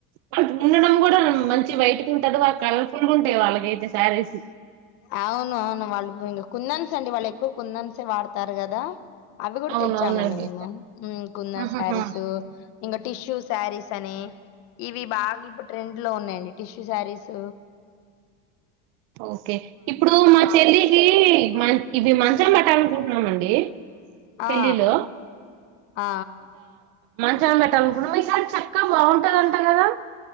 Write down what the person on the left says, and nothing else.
అవును అవును వాళ్ళు ఇంక కుందన్స్ అండి వాళ్ళు ఎక్కువ కుందన్సే వాడతారు కదా అవి కూడా
తెచ్చామండి మేము మ్మ్ కుందన్
శారీస్ ఇంకా టిష్యూ శారీస్ అని ఇవి బాగా ఇప్పుడు ట్రెండ్ లో ఉన్నాయండి టిష్యూ శారీస్
ఆ!
ఆ